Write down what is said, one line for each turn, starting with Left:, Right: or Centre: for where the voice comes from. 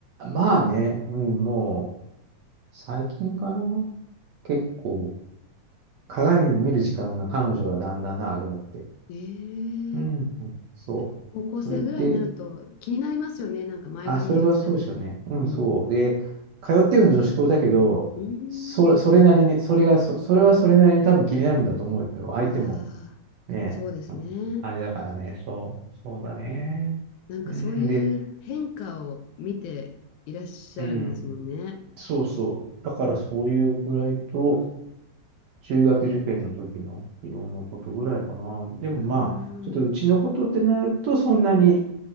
Right: まあね、うん、もう、最近かな。結構、鏡を見る時間が彼女はだんだん長くなって。
Left: ええ
Right: うん、そう。
Left: やっぱ高校生ぐらいになると気になりますよね。
Right: それって、
Left: なんか前髪一つでも。
Right: あ、それはそうでしょうね。うん、
Left: うん。
Right: そう。で、通ってるの女子校だけど、
Left: うん。
Right: そ、それなりに、それがそ、それはそれなりに多分気になるんだと思うよ。相手も
Left: ああ、
Right: ね、
Left: そうですね。
Right: うん、あれだからね、そう、そうだね。
Left: なんかそういう変化を見ていらっしゃるんですもんね。
Right: うん、で、うん、そうそう。だからそういうぐらいと、中学受験の時のいろんなことぐらいかな。でもまあ、
Left: うーん。
Right: ちょっとうちのことってなると、そんなに